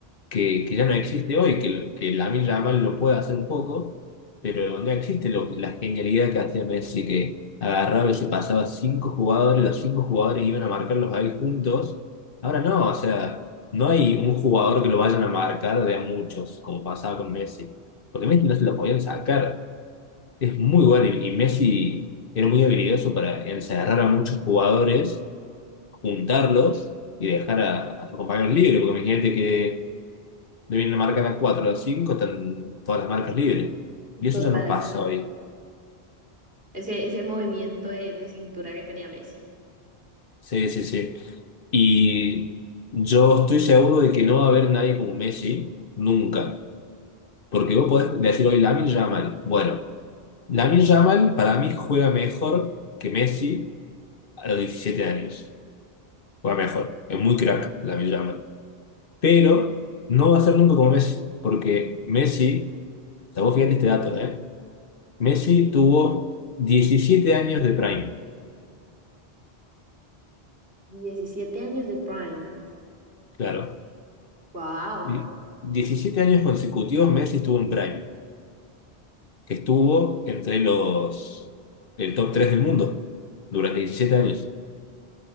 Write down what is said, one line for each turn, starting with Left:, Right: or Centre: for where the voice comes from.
Left: que, que ya no existe hoy, que, que Lamine Yamal lo puede hacer un poco, pero no existe lo- la genialidad que hacía Messi, que agarraba y se pasaba cinco jugadores, los cinco jugadores iban a marcarlos ahí juntos. Ahora no, o sea, no hay un jugador que lo vayan a marcar de a muchos, como pasaba con Messi, porque Messi no se lo podían sacar. Es muy bueno y, y Messi era muy habilidoso para encerrar a muchos jugadores, juntarlos y dejar a, a sus compañeros libres, porque imagínate que de una marca de 4 a 5 están todas las marcas libres. Y eso
Right: Total.
Left: ya no pasa hoy.
Right: Ese, ese movimiento de, de cintura que tenía Messi.
Left: Sí, sí, sí. Y yo estoy seguro de que no va a haber nadie como Messi, nunca. Porque vos podés decir hoy Lamine Yamal. Bueno, Lamine Yamal para mí juega mejor que Messi a los 17 años. Juega mejor. Es muy crack Lamine Yamal. Pero no va a ser nunca como Messi. Porque Messi, o sea, vos fíjate este dato, ¿eh? Messi tuvo 17 años de prime.
Right: 17 años de Prime.
Left: Claro.
Right: Wow.
Left: Di- 17 años consecutivos Messi estuvo en Prime, que estuvo entre los el top 3 del mundo durante 17 años.